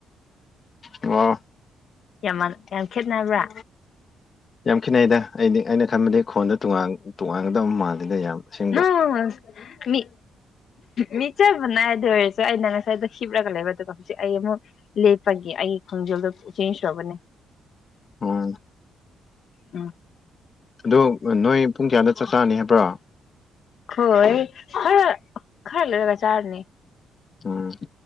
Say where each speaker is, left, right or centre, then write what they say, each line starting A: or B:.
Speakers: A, on the left; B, on the left.
A: ꯑꯣ
B: ꯌꯥꯝ ꯌꯥꯝ ꯈꯦꯠꯅꯕ꯭ꯔꯥ
A: ꯌꯥꯝ ꯈꯤꯠꯅꯩꯗ ꯑꯩꯗꯤ ꯑꯩꯅ ꯈꯟꯕꯗꯤ ꯈꯣꯟꯗꯣ ꯇꯣꯉꯥ ꯇꯣꯉꯥꯟꯒꯗꯕ ꯃꯥꯜꯂꯤꯗ ꯌꯥꯝ ꯑꯁꯦꯡꯕ
B: ꯅꯣ ꯃꯤ ꯃꯤꯆꯞ ꯃꯥꯟꯅꯩ ꯑꯗꯨ ꯑꯣꯏꯔꯁꯨ ꯑꯩꯅ ꯉꯁꯥꯏꯗ ꯍꯤꯞꯂꯒ ꯂꯩꯕ ꯑꯗꯨꯒ ꯍꯧꯖꯤꯛ ꯑꯩ ꯑꯃꯨꯛ ꯂꯦꯞꯄꯒꯤ ꯑꯩꯒꯤ ꯈꯣꯡꯖꯦꯜꯗꯣ ꯆꯦꯟ ꯇꯧꯕꯅꯦ
A: ꯑꯝ
B: ꯎꯝ
A: ꯑꯗꯣ ꯅꯣꯏ ꯄꯨꯡ ꯀꯌꯥꯗ ꯆꯥꯛ ꯆꯅꯤ ꯍꯥꯏꯕ꯭ꯔꯣ
B: ꯈꯣꯏ ꯈꯔ ꯈꯔ ꯂꯩꯔꯒ ꯆꯥꯔꯅꯤ
A: ꯎꯝ